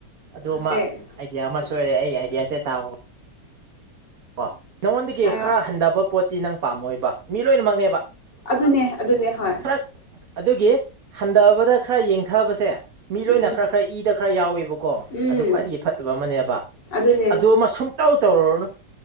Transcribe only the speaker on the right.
ꯑꯗꯨꯃꯥ
ꯑꯥꯏꯗꯤꯌꯥ ꯑꯃ ꯁꯣꯏꯔꯦ ꯑꯩ ꯑꯥꯏꯗꯤꯌꯥꯁꯦ ꯇꯥꯎ ꯀꯣ ꯅꯉꯣꯟꯗꯒꯤ
ꯈꯔ ꯍꯟꯊꯕ ꯄꯣꯠꯇꯤ ꯅꯪ ꯄꯥꯝꯃꯣꯏꯕ ꯃꯤ ꯂꯣꯏꯅꯃꯛꯅꯦꯕ
ꯈꯔ ꯑꯗꯨꯒꯤ ꯍꯟꯗꯕꯗ ꯈꯔ ꯌꯦꯡꯊꯕꯁꯦ ꯃꯤ ꯂꯣꯏꯅ
ꯈꯔ ꯈꯔ ꯏꯗ ꯈꯔ ꯌꯥꯎꯋꯦꯕꯀꯣ
ꯑꯗꯨ ꯈ꯭ꯋꯥꯏꯗꯒꯤ ꯐꯠꯇꯕ ꯑꯃꯅꯦꯕ
ꯑꯗꯨꯃ ꯁꯨꯡꯇꯧ ꯇꯧꯔꯨꯔꯅꯨ